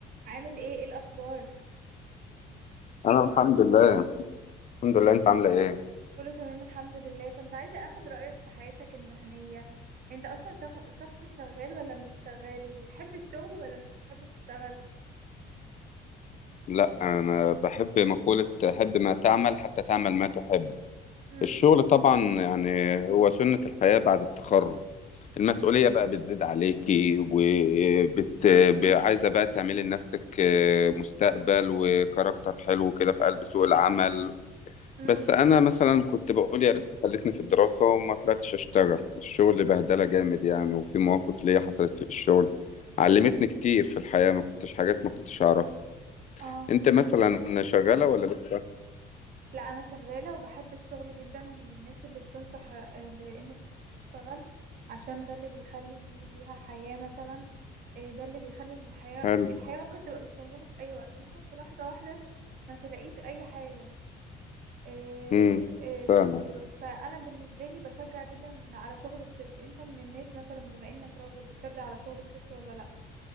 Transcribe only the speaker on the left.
انا الحمد لله الحمد لله انت عامله ايه
لا انا بحب مقولة حب ما تعمل حتى تعمل ما تحب
الشغل طبعا يعني هو سنة الحياة بعد التخرج المسؤولية بقى بتزيد عليكي وبت ب- عايزة بقى تعملي لنفسك آه، مستقبل وكاركتر حلو كده في قلب سوق العمل
بس انا مثلا كنت بقول يا ريت خلتني في الدراسه وما طلعتش اشتغل الشغل بهدله جامد يعني وفي مواقف ليا حصلت في الشغل علمتني كتير في الحياه ما كنتش حاجات ما كنتش اعرف
انت مثلا شغاله ولا لسه
هل
امم
فاهمة